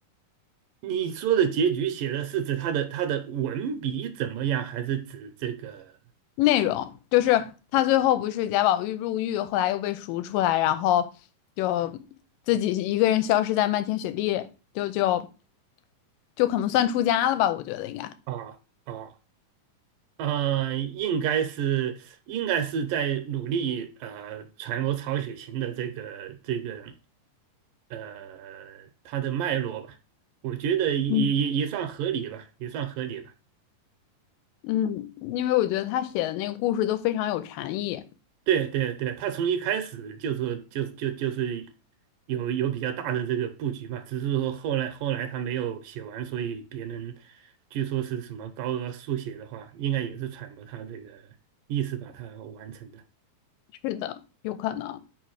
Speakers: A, on the right; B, on the left.
A: 你说的结局写的是指他的他的文笔怎么样，还是指这个
B: 内容，就是他最后不是贾宝玉入狱，后来又被赎出来，然后就自己一个人消失在漫天雪地，就就就可能算出家了吧，我觉得应该。
A: 啊啊？呃，应该是应该是在努力呃揣摩曹雪芹的这个这个呃他的脉络吧，我觉得也也也算合理吧，
B: 嗯，
A: 也算合理吧。
B: 嗯，因为我觉得他写的那个故事都非常有禅意。
A: 对对对，他从一开始就是就就就是有有比较大的这个布局嘛，只是说后来后来他没有写完，所以别人据说是什么高额速写的话，应该也是揣摩他这个意思把它完成的。
B: 是的，有可能。